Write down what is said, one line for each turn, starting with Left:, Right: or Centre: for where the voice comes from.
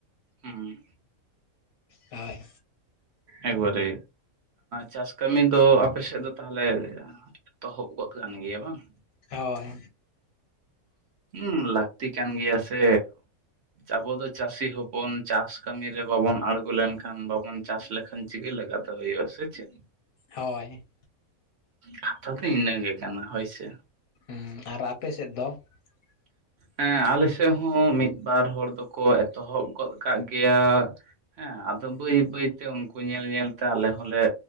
Right: ᱦᱩᱸ
Left: ᱦᱳᱭ
Right: ᱮᱠᱵᱟᱨᱮ ᱪᱟᱥ ᱠᱟᱹᱢᱤ ᱫᱚ ᱟᱯᱮ ᱥᱮᱫ ᱫᱚ ᱛᱟᱦᱚᱞᱮ ᱮᱛᱚᱦᱚᱵ ᱜᱚᱫ ᱠᱟᱱ ᱜᱮᱭᱟ ᱵᱟᱝ
Left: ᱦᱳᱭ
Right: ᱦᱩᱸ ᱞᱟᱹᱠᱛᱤ ᱠᱟᱱ ᱜᱮᱭᱟ ᱥᱮ ᱟᱵᱚ ᱫᱚ ᱪᱟᱹᱥᱤ ᱦᱚᱯᱚᱱ ᱪᱟᱥ ᱠᱟᱹᱢᱤ ᱨᱮ ᱵᱟᱵᱚᱱ ᱟᱬᱜᱚ ᱞᱮᱱᱠᱷᱟᱱ ᱵᱟᱵᱚᱱ ᱪᱟᱥ ᱞᱮᱠᱷᱟᱱ ᱪᱤᱠᱟᱹ ᱞᱮᱜᱟ ᱛᱮ ᱦᱩᱭᱩᱜᱼᱟ ᱥᱮ ᱪᱮᱫ?
Left: ᱦᱳᱭ
Right: ᱠᱟᱛᱷᱟ ᱫᱚ ᱤᱱᱟᱹ ᱜᱮ ᱠᱟᱱᱟ ᱦᱚᱭ ᱥᱮ
Left: ᱦᱩᱸ ᱟᱨ ᱟᱯᱮ ᱥᱮᱫ ᱫᱚ? <inaudible>
Right: ᱦᱮᱸ ᱟᱞᱮ ᱥᱮᱫ ᱦᱚᱸ ᱢᱤᱫ ᱵᱟᱨ ᱦᱚᱲ ᱫᱚᱠᱚ ᱮᱛᱚᱦᱚᱵ ᱜᱚᱫ ᱠᱟᱜ ᱜᱮᱭᱟ ᱦᱮᱸ ᱟᱫᱚ ᱵᱟᱹᱭ ᱵᱟᱹᱭᱛᱮ ᱩᱱᱠᱩ ᱧᱮᱞ ᱧᱮᱞ ᱛᱮ ᱟᱞᱮ ᱦᱚᱸᱞᱮ